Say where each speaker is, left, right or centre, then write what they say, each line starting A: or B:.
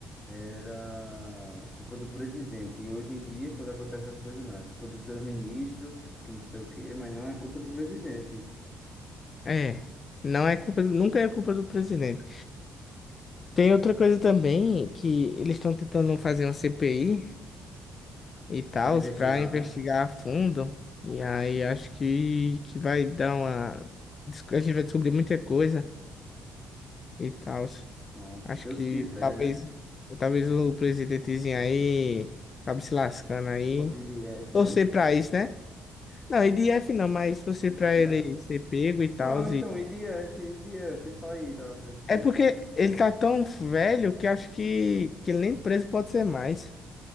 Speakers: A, on the left; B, on the left.
A: era culpa do presidente. E hoje em dia, quando acontecem as coisas, não, é culpa do seu ministro, que não sei o quê, mas não é culpa do presidente.
B: É, não é culpa, do- nunca é culpa do presidente. Tem outra coisa também que eles estão tentando fazer uma CPI e tal
A: Pra investigar,
B: para investigar
A: né?
B: a fundo. E aí acho que que vai dar uma dis- a gente vai descobrir muita coisa e tal.
A: Pronto,
B: Acho
A: se Deus
B: que
A: quiser,
B: talvez
A: né?
B: talvez o presidentezinho aí acabe se lascando aí.
A: Pode ir de F,
B: Torcer
A: né?
B: pra isso, né? Não, IDF não, mas torcer
A: Não,
B: pra
A: não,
B: ele ser pego e tal
A: não, então, I D F I D F, sair da presidência.
B: É porque ele tá tão velho que acho que, que ele nem preso pode ser mais.